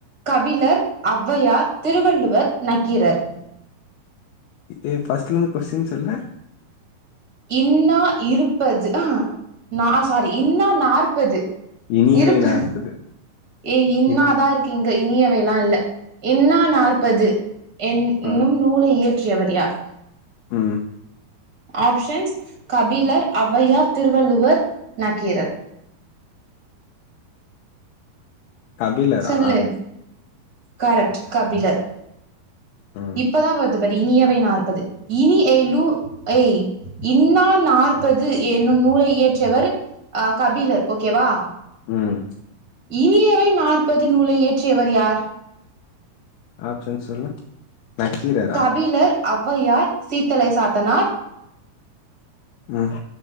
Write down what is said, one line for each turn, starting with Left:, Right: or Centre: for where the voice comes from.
Right: கபிலர் ஒளவையார் திருவள்ளுவர் நக்கீரர்
Left: ஏ ஃபர்ஸ்ட்ல இருந்து கொஸ்டின் சொல்லு
Right: இன்னா இருப்பது ஆ நா சாரி இன்னா நாற்பது
Left: இனியவை
Right: இருப்பது
Left: நாற்பது
Right: ஏ இன்னாதா
Left: இன்
Right: இருக்கு இங்க இனியவைல்லா இல்ல இன்னா நாற்பது என்
Left: ஆ
Right: னும் நூலை இயற்றியவர் யார்
Left: ம்
Right: ஆப்ஷன்ஸ் கபிலர் ஒளவையார் திருவள்ளுவர் நக்கீரர்
Left: கபிலரா
Right: சொல்லு கரெக்ட் கபிலர்
Left: ம்
Right: இப்பதா வர்து பட் இனியவை நாற்பது இனி எ லு ஐ இன்னா நாற்பது என்னும் நூலை இயற்றவர் அ கபிலர் ஓகேவா
Left: ம்
Right: இனியவை நாற்பது நூலை இயற்றியவர் யார்
Left: ஆப்ஷன் சொல்லு நக்கீரர்
Right: கபிலர் அவ்வையார் சீத்தலை சாத்தனார்
Left: ம்